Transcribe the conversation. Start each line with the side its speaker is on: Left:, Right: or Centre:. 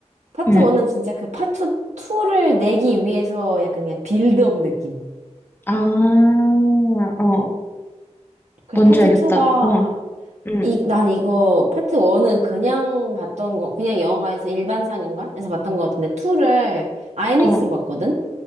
Right: 파트
Left: 음,
Right: 1은 진짜 그 파트 2를 내기 위해서 약간 그냥 빌드업 느낌.
Left: 아, 어,
Right: 그래서
Left: 뭔지
Right: 파트
Left: 알겠다.
Right: 2가,
Left: 어, 음,
Right: 이, 난 이거, 파트 1은 그냥 봤던 거, 그냥 영화관에서 일반 상영관에서 봤던 거 같은데, 2를 아이맥스로
Left: 어,
Right: 봤거든?